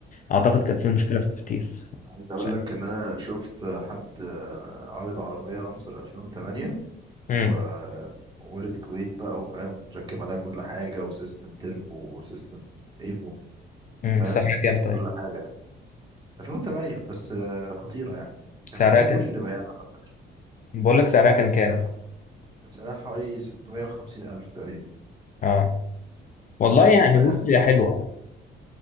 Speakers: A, on the left; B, on the right.
A: اعتقد كانت فيها مشكلة في الفتيس
B: عايز اقول
A: مش عارف
B: لك ان انا شفت حد آه، عارض عربيه لانسر 2008
A: امم
B: ووارد كويت بقى وفاهم ومتركب عليها كل حاجه وسيستم تربو وسيستم ايفو
A: أمم.
B: فاهم
A: سعرها كام طيب
B: كل حاجه 2008 بس آه، خطيره يعني كان
A: سعرها
B: حد سوري
A: كام
B: اللي بايعها على فكره
A: بقول لك سعرها كان
B: كان
A: كام
B: سعرها كان سعرها حوالي 650 الف تقريبا
A: اه والله
B: في الرينج
A: يعني
B: ده
A: بص
B: يعني
A: هي حلوه